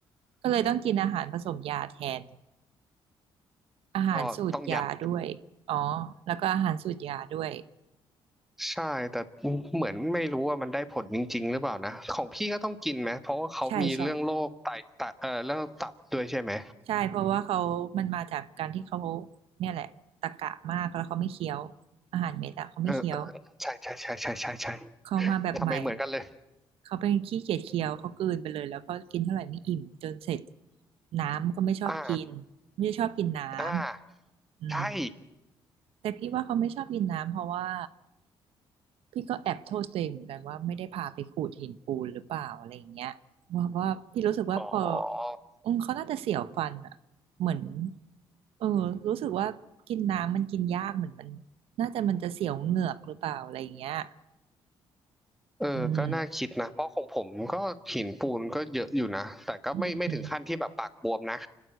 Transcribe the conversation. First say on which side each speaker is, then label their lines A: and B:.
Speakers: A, on the right; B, in the centre.
A: ก็เลยต้องกินอาหารผสมยาแทนอาหารสูตรยาด้วยอ๋อ
B: ก็ต้องยัด
A: แล้วก็อาหารสูตรยาด้วย
B: ใช่แต่เหมือนไม่รู้ว่ามันได้ผลจริงๆหรือเปล่านะของพี่ก็ต้องกินไหมเพราะว่าเขามีเรื่องโรคไตไตเอ่อเรื่องตับด้วยใช่ไหม
A: ใช่ใช่ ใช่เพราะว่าเขามันมาจากการที่เขาเนี่ยแหละตะกะมากแล้วเขาไม่เคี้ยวอาหารเม็ดอะเขาไม่เคี้ยว
B: เออเออใช่ใช่ใช่ใช่ใช่ใช่
A: เขามาแบบใหม่
B: ทำไมเหมือนกันเลย
A: เขาเป็นขี้เกียจเคี้ยวเขากลืนไปเลยแล้วก็กินเท่าไหร่ไม่อิ่มจนเสร็จน้ำก็ไม่ชอบกินไม่ได้ชอบกินน้
B: อ่าอ่า
A: ำอืม
B: ใช่
A: แต่พี่ว่าเขาไม่ชอบกินน้ำเพราะว่าพี่ก็แอบโทษตัวเองเหมือนกันว่าไม่ได้พาไปขูดหินปูนหรือเปล่าอะไรอย่างเงี้ยว่าว่าพี่รู้สึกว่าพอ
B: อ๋อ
A: อืมเขาน่าจะเสียวฟันอ่ะเหมือนเออรู้สึกว่ากินน้ำมันกินยากเหมือนมันน่าจะมันจะเสียวเหงือกหรือเปล่าอะไรอย่างเงี้ย
B: เออก็น่าคิดนะ
A: อืม
B: เพราะของผมก็หินปูนก็เยอะอยู่นะ แต่ก็ไม่ไม่ถึงขั้นที่แบบปากบวมนะ
A: อืม